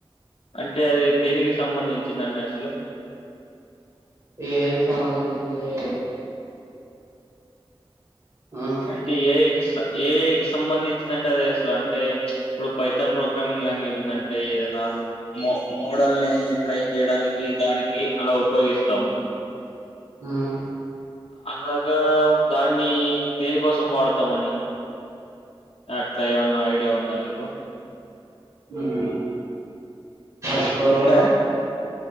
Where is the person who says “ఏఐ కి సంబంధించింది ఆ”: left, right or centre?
Right